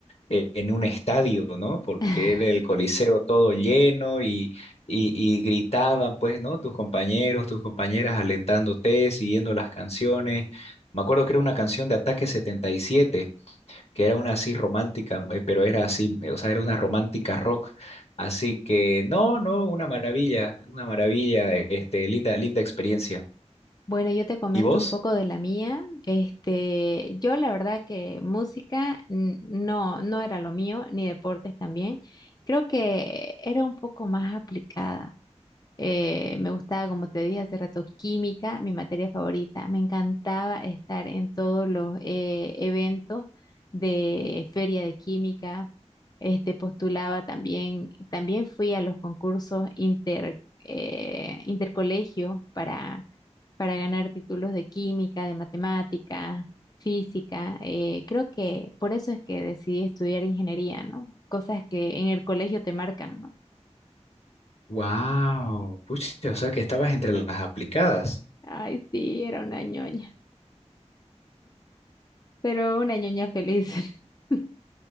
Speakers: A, on the left; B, on the left.
A: eh, en un estadio, ¿no? Porque
B: <laughs>
A: era el coliseo todo lleno y, y, y gritaban pues, ¿no? Tus compañeros, tus compañeras alentándote, siguiendo las canciones. Me acuerdo que era una canción de Ataque setenta y siete que era una así romántica, eh, pero era así, eh, o sea, era una romántica rock. Así que no, no, una maravilla, una maravilla, eh, este, linda, linda experiencia.
B: Bueno, yo te comento
A: ¿Y vos?
B: un poco de la mía. Este, yo la verdad que música mm, no, no era lo mío, ni deportes también. Creo que era un poco más aplicada. Eh, me gustaba, como te dije hace rato, química, mi materia favorita. Me encantaba estar en todos los eh, eventos de feria de química. Este, postulaba también, también fui a los concursos inter, eh, intercolegio para, para ganar títulos de química, de matemática, física. Eh, creo que por eso es que decidí estudiar ingeniería, ¿no? Cosas que en el colegio te marcan, ¿no?
A: Wow, pucha, o sea que estabas entre las aplicadas.
B: Ay, sí, era una ñoña. pero una ñoña feliz. <laughs>